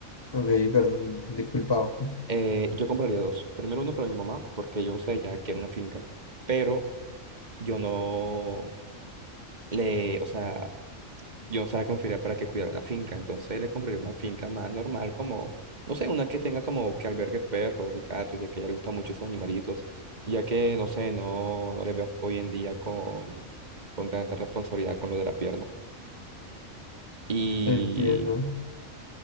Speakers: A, on the left; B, on the right.
A: Ok, perdón, disculpado.
B: Eh, yo compraría dos. Primero uno para mi mamá, porque yo, sé, ella quiere una finca. Pero yo no le, o sea, yo no se la confiaría para que cuidara una finca, entonces le compraría una finca más normal, como, no sé, una que tenga como que albergue perros y gatos, ya que a ella le gustan mucho esos animalitos, ya que, no sé, no, no le veo hoy en día con, con tanta responsabilidad con lo de la pierna. Y,
A: Entiendo.